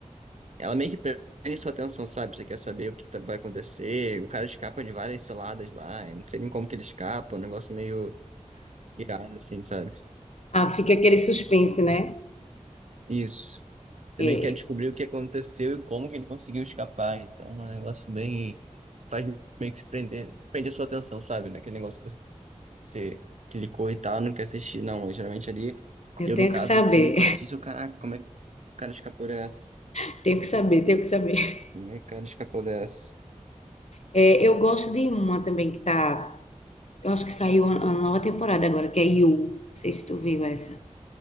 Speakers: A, on the right; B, on the left.
A: Ela meio que prende sua atenção, sabe? Você quer saber o que tá- vai acontecer. O cara escapa de várias ciladas lá. Eu não sei nem como que ele escapa. É Um negócio meio irado, assim, sabe?
B: ah, fica aquele suspense, né?
A: Isso. Você
B: É,
A: meio que quer descobrir o que aconteceu e como que ele conseguiu escapar. Então, é um negócio bem... Faz meio que se prender... Prender sua atenção, sabe? Naquele negócio que você clicou e tal, não quer assistir. Não, eu, geralmente ali...
B: eu
A: Eu,
B: tenho
A: no caso,
B: que saber,
A: clico, assisto. Caraca, como é que o cara escapou dessa?
B: <laughs> tenho que saber, tenho que saber.
A: Como é que o cara escapou dessa?
B: É, eu gosto de uma também que tá. Eu acho que saiu a a nova temporada agora, que é You. Não sei se tu viu essa.